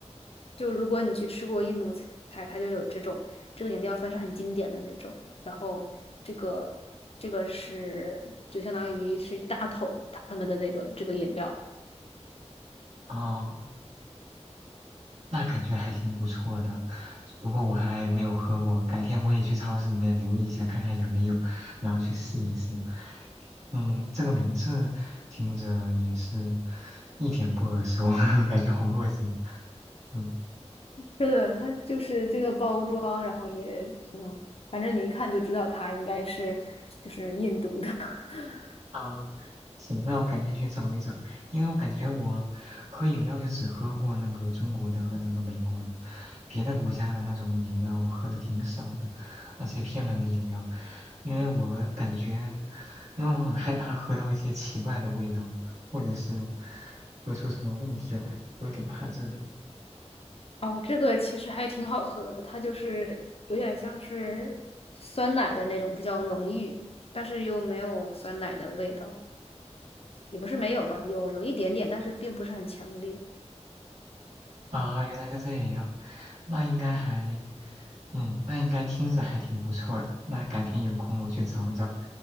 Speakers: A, on the left; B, on the right.
A: 就如果你去吃过印度菜，它就有这种，这个饮料算是很经典的那种。然后这个这个是就相当于是一大桶他们的那个这个饮料。
B: 啊。那感觉还挺不错的。不过我还没有喝过，改天我也去超市里面留意一下，看看有没有，然后去试一试。嗯，这个名字听着也是一点不耳熟，<laughs> 感觉好陌生。嗯。
A: 是的，它就是这个包装，然后也就反正你一看就知道它应该是就是印度的。<laughs>
B: 啊，行，那我改天去找一找，因为我感觉我喝饮料就只喝过那个中国的和那个美国的，别的国家的那种饮料我喝的挺少的，而且偏门的饮料，因为我感觉，因为我很害怕喝到一些奇怪的味道，或者是喝出什么问题来，我有点怕这个。
A: 哦，这个其实还挺好喝的，它就是有点像是酸奶的那种，比较浓郁，但是又没有酸奶的味道。也不是没有吧，有有一点点，但是并不是很强烈。
B: 啊，原来是这样，那应该还，嗯，那应该听着还挺不错的。那改天有空我去找找。